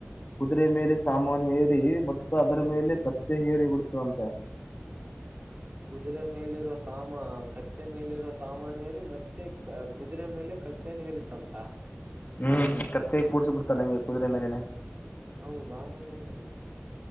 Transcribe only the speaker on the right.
ಕುದುರೆ ಮೇಲಿರೋ ಸಾಮಾ ಕತ್ತೆ ಮೇಲಿರೋ ಸಾಮಾನ ಏರಿ ಮತ್ತೆ ಕುದುರೆ ಮೇಲೆ. ಕತ್ತೆನ ಏರಿತಂತ.
ಹೌದ ಆಮೇಲೆ ಏನಾಗುತ್ತೆ.